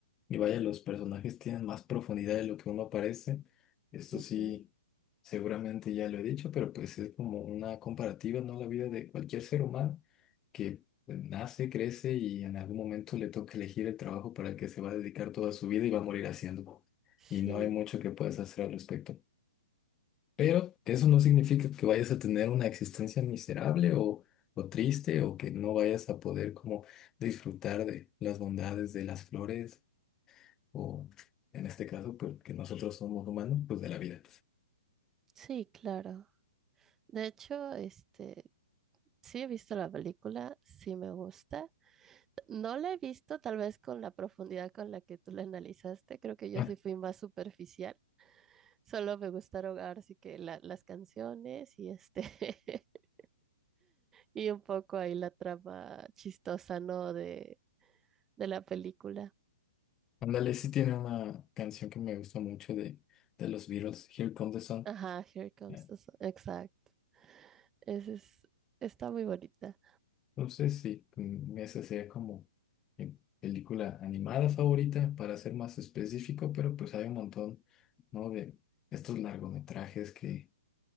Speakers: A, on the left; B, on the right.
A: Y vaya, los personajes tienen más profundidad de lo que uno parece. Esto
B: Ujú.
A: sí, seguramente ya lo he dicho, pero pues es como una comparativa, ¿no? La vida de cualquier ser humano que pues, nace, crece y en algún momento le toca elegir el trabajo para el que se va a dedicar toda su vida y va a morir haciendo.
B: Sí,
A: Y no hay mucho que puedas hacer al respecto. Pero eso no significa que vayas a tener una existencia miserable o, o triste o que no vayas a poder como disfrutar de las bondades de las flores o en este caso, pues que nosotros somos humanos, pues de la vida.
B: sí, claro. De hecho, este, sí he visto la película, sí me gusta. No la he visto tal vez con la profundidad con la que tú la analizaste, creo que yo
A: Ah,
B: sí fui más superficial. Solo me gustaron ahora sí que la- las canciones y este <laughs> y un poco ahí la trama chistosa, ¿no? de de la película.
A: Ándale, sí tiene una canción que me gusta mucho de, de los Beatles, Here Comes the Sun.
B: Ajá, Here Comes
A: Eh,
B: the Sun. Exacto. Ese es, está muy bonita.
A: Entonces, sí, mm, esa sería como mi película animada favorita, para ser más específico, pero pues hay un montón, ¿no? De estos largometrajes que,